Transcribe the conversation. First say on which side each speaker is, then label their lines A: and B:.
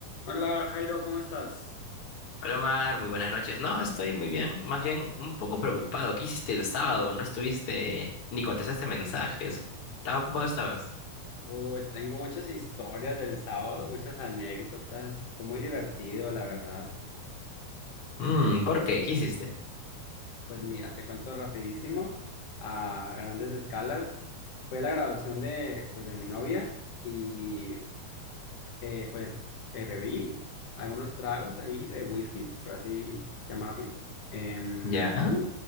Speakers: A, on the left (about 80°); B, on the left (about 45°).
A: Hola Jairo, ¿cómo estás?
B: Hola Omar, muy buenas noches. No, estoy muy bien, más bien un poco preocupado. ¿Qué hiciste el sábado? No estuviste ni contestaste mensajes. ¿Tan ocupado estabas?
A: Uy, tengo muchas historias del sábado, muchas anécdotas. Fue muy divertido, la verdad.
B: Mm, ¿por qué? ¿Qué hiciste?
A: Pues mira, te cuento rapidísimo, a grandes escalas. Fue la graduación de, pues, de mi novia y eh, pues eh, bebí algunos tragos ahí de whisky, por así llamarlo. Em,
B: ¿Ya?